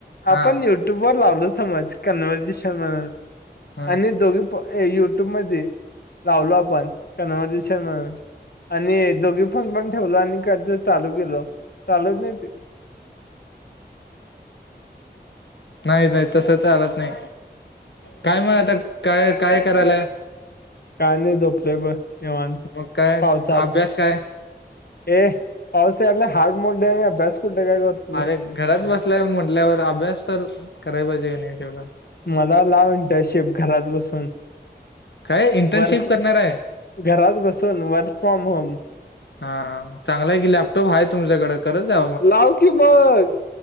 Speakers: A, on the left; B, on the left.
A: हा
B: आपण युट्यूब वर लावलो समज कन्व्हर्जेशन म्हणून
A: हा
B: आणि दोघी युट्यूब मध्ये लावलो आपण कन अ म्हणून आणि दोघी फोन पण ठेवल आणि का चालू गेलो चालूत नाही ते
A: नाही -नाही तसं चालत नाही. काय
B: का
A: मग
B: का
A: आता काय
B: कार्य
A: काय करायलाय
B: <inaudible> काय नाही झोपले बग निवांत
A: मग काय
B: पावसात.
A: अभ्यास काय
B: ए पावसाले हाड मोडडे अभ्यास <unintelligible> कुठ्ट का गत
A: अरे घरात बसलाय म्हटल्यावर अभ्यास तर कराय पाहिजे का नाही तेवढं?
B: मला लाव इंटर्नशिप घरात बसून
A: काय इंटर्नशिप
B: वर्क
A: करणार आहे.
B: घरात बसून वर्क फ्रॉम होम.
A: हा चांगलाय की, लॅपटॉप आहे तुमच्याकडे. करत जा.
B: लाव की, मग.